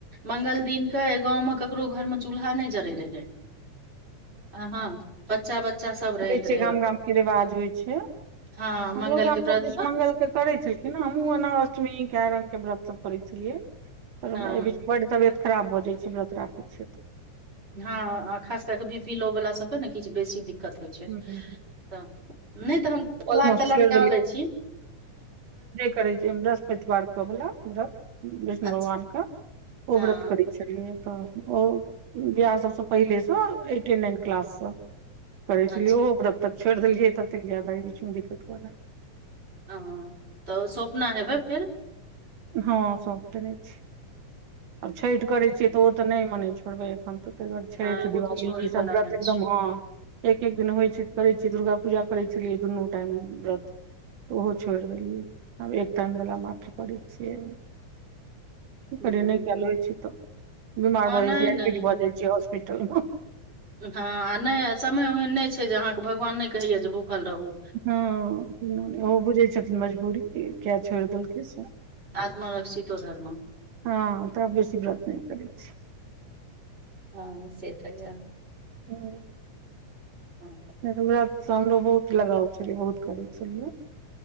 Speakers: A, on the right (about 20°); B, on the right (about 80°).
A: मंगल दििन के गाँंव मे ककरो घर मे चूल्हा नहि जरे रहय आ हँ बच्चा बच्चा सब रहैत
B: होइ छै
A: रहे
B: गाम गाम के रिवाज होइ छै हमरो
A: हँ मंगल
B: गाम
A: के व्रत
B: सब दीस
A: मे
B: मंगल के करे छलखिन ना हमहुूँ एना अष्टमी कए रङ्गके व्रत सब करै छलियै परी
A: हँ
B: बड्ड तबियत खराब भऽ जाइ छै व्रत राखै छिय त
A: हँ खास कए कऽ बी पीलो वला सबके ने किछु बेसी दिक्कत होइ छै
B: तऽ हूँ
A: त नहि तऽ हम ो
B: ऑलमोस्ट
A: त लड़का
B: छोड़
A: लैत छी
B: करे छै वृहस्पतिवार केवला व्रत विष्णु
A: अच्छा
B: भगवान के ओ
A: हँ
B: व्रत करे छै यै तऽ ओ विआह सबसँ पहिलेसँ एटे नाइन क्लाससँ करै
A: अच्छा
B: छलिय ओ तब तक छड़ देलियै तब तक जाादा ह बीचमे दिक्कत
A: ह तऽ सपना हेबै फेर
B: हँ सभ देने छी आब छठि करैत छियै तऽ ओ तऽ नहि मने छोड़बै हम तऽ तेर छठ
A: हँ ओ
B: दिवाली
A: तऽ छोड़ै
B: ई
A: वला
B: सब व्रत
A: नहि छै
B: एकदम ह एक एक दिन होइत छैऽ करै छियै दुर्गा पूजा करै छलियै दुनू टाइम व्रत तऽ ओहो छोड़ि देलियै आब एक टाइमवला मात्र करै छियै क
A: हूँ
B: कर नहि कयल होइ छै तऽ बीमार
A: हँ
B: भऽ
A: नहि
B: जाइ छै
A: नहि
B: एडमिट भऽ जाइ छै हॉस्पिटल मे
A: हँ आ नहि समय ओहन नहि छै जे अहाँकेँ भगवान नहि कहैय जे भूखल रहू
B: हँ त नहि ओहो बुझै छथिन मजबूरी किया छोड़ि देलकै से
A: आत्म र्षितो धर्म
B: हँ तब बेसी व्रत नहि करै छी
A: हँ सेटाक
B: हूँ
A: हँ
B: ओरा हमरो बहुत लगाव छलियै बहुत करै छलियै